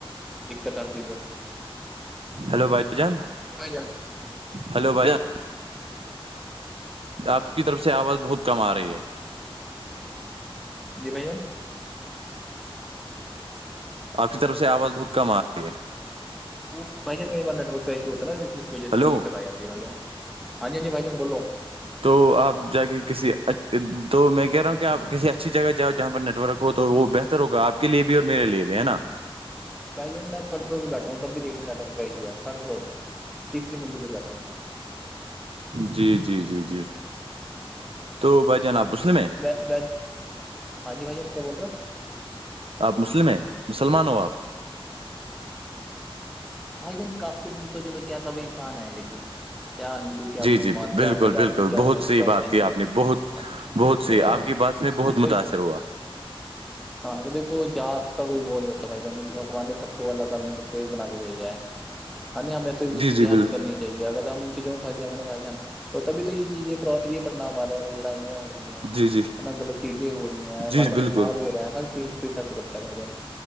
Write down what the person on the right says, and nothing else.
ہیلو بھائی جان
ہلو بھائیان آپ کی طرف سے آواز بہت کم آ رہی ہے
آپ کی طرف سے آواز بہت کم آ رہی ہے
ہلو
تو آپ جا کے کسی تو میں کہہ رہا ہوں کہ آپ کسی اچھی جگہ جاؤ جہاں پر نیٹ ورک تو وہ بہتر ہوگا آپ کے لیے بھی اور میرے لیے بھی ہے نا
جی جی جی جی تو بھائی جان آپ مسلملم ہے
آپ مسلم ہیں مسلمان ہو آپ
جی
جی
بالکل
بالکل
بہت
سحی
بات
کی
آپ نے بہت
بہت سی آپ کی بات اس میں بہت
متاثر ہوا
جی
جی
بال
جی جی
جی بالکل